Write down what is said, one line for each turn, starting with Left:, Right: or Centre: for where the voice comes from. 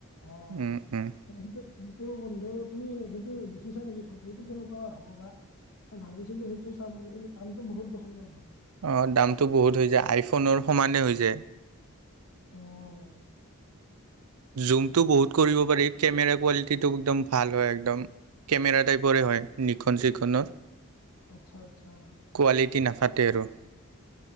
Left: অঁ
Right: উম উম
Left: সেইটো- সেইটো বন্ধু তুমি সেইটো দেখিছা নেকি ফোনটো হেটো কেনেকুৱা হ'ব বা? মই ভাবিছিলো সেইটো চাম বুলি, কিন্তু দামটো বহুত দেখোন বন্ধু।
Right: অঁ দামটো বহুত হৈ যায়, আইফোনৰ সমানে হৈ যায়।
Left: অঁ'।
Right: জুমটো বহুত কৰিব পাৰি কেমেৰা কোৱালিটিটো একদম ভাল হয় একদম। কেমেৰা টাইপৰে হয়, নিখন চিখনৰ।
Left: আৎচ্ছা আৎচ্ছা।
Right: কোৱালিটি নাফাটে আৰু।